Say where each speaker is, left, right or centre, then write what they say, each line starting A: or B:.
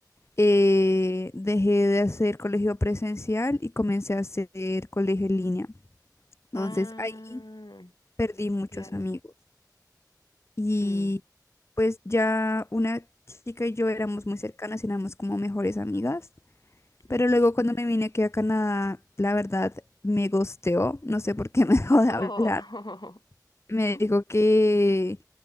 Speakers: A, on the left; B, on the left.
A: eh, dejé de hacer colegio presencial y comencé a hacer colegio en línea. Entonces
B: Ah,
A: ahí perdí muchos
B: claro.
A: amigos. Y
B: Mm.
A: pues ya una chica y yo éramos
B: <clears throat>
A: muy cercanas, éramos como mejores amigas. Pero
B: Ujú.
A: luego cuando me vine aquí a Canadá, la verdad me gosteó, no sé por qué <laughs> me dejó de
B: Oh,
A: hablar. Me
B: <laughs>
A: dijo que,